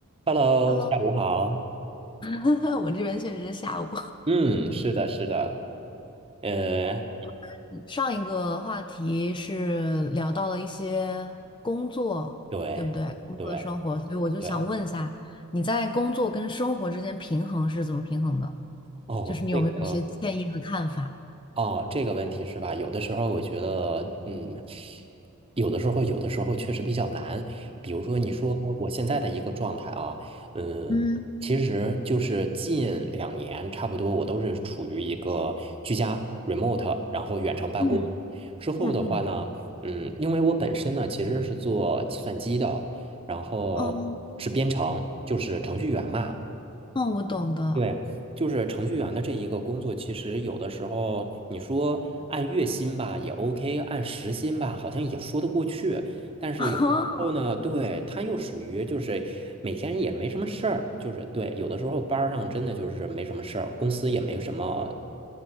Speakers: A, on the right (about 25°); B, on the left (about 20°).
A: Hello，
B: Hello，
A: 下午好。
B: <laughs> 我这边确实是下午。
A: 嗯，是的，是的，呃，
B: <laughs> 上一个话题是聊到了一些工作，
A: 对，
B: 对不对？工作的生活，
A: 对，
B: 所以我就想问一下，
A: 对，
B: 你在工作跟生活之间平衡是怎么平衡的？
A: 哦，
B: 就是你有没有一些建议和看法？
A: 这个，哦，这个问题是吧？有的时候我觉得，嗯，有的时候，有的时候确实比较难。比如说，你说我现在的一个状态啊，嗯，
B: 嗯
A: 其实就是近两年差不多，我都是处于一个居家 remote，然后远程办公。
B: 嗯
A: 之后的话呢，
B: 嗯嗯，
A: 嗯，因为我本身呢其实是做计算机的，然后是编程，
B: 嗯
A: 就是程序员嘛。
B: 嗯，我懂的，
A: 对，就是程序员的这一个工作，其实有的时候你说按月薪吧也 OK，按时薪吧好像也说得过去，但是有的时候呢，
B: <laughs>
A: 对，他又属于就是每天也没什么事儿，就是对，有的时候班儿上真的就是没什么事儿，公司也没什么